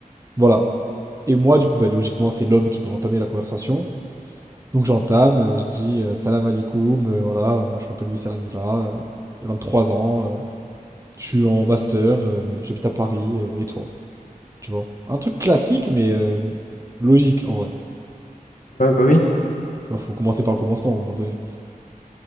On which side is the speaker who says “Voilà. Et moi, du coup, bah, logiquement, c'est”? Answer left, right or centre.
Right